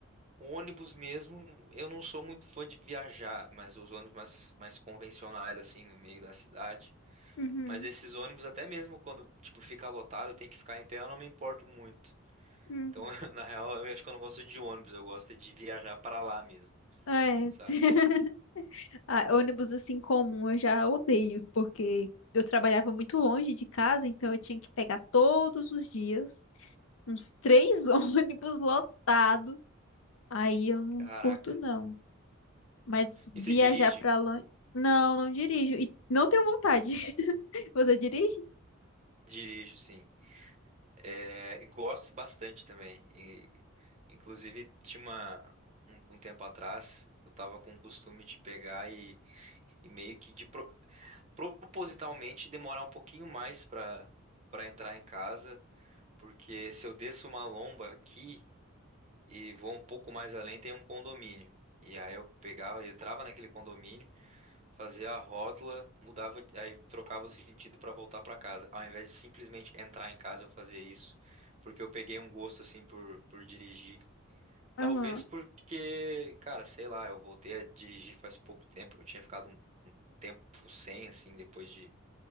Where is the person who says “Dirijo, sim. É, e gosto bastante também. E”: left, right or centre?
Right